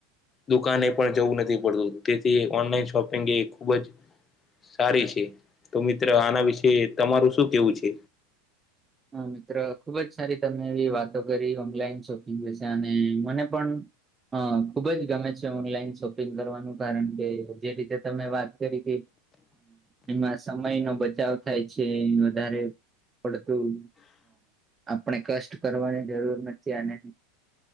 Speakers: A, on the left (about 25°); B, on the right (about 20°).
A: દુકાને એ પણ જવું નથી પડતું તેથી ઓનલાઈન શોપિંગ એ ખૂબ જ સારી છે તો મિત્ર આના વિશે તમારું શું કેવું છે
B: હ મિત્રો ખુબ જ સારી તમે એવી વાતો કરી ઓનલાઈન શોપિંગ વિશે અને મને પણ હા ખુબ જ ગમે છે ઓનલાઇન શોપ શોપિંગ કરવાનું કારણ કે જે રીતે તમે કરી કે એમાં સમય નો બચાવ થાય છે એ વધારે પડતું હ આપણે કષ્ટ કરવાની જરૂર નથી અને